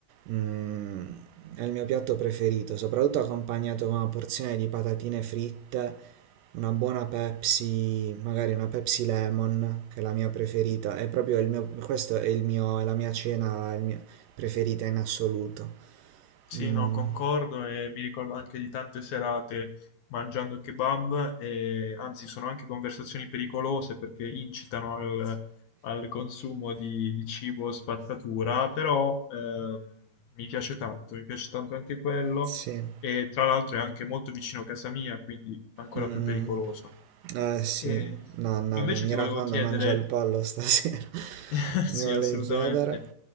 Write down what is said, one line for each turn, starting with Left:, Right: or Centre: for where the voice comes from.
Right: Mm, è il mio piatto preferito, soprattutto accompagnato con una porzione di patatine fritte, una buona Pepsi, magari una Pepsi Lemon, che è la mia preferita. È proprio il mio, questo è il mio, è la mia cena, il mio- preferita in assoluto.
Left: Sì,
Right: Mm,
Left: no, concordo e mi ricordo anche di tante serate mangiando kebab e anzi sono anche conversazioni pericolose perché incitano al, al consumo di, di cibo spazzatura, però ehm, mi piace tanto, mi piace tanto anche quello
Right: sì.
Left: e tra l'altro è anche molto vicino a casa mia, quindi ancora
Right: Mm, mm.
Left: più pericoloso.
Right: Eh sì,
Left: E
Right: no, no,
Left: invece
Right: mi
Left: ti
Right: raccomando,
Left: volevo chiedere
Right: mangia il pollo stasera. <laughs>
Left: <laughs>
Right: Mi
Left: Sì,
Right: volevi
Left: assolutamente.
Right: chiedere?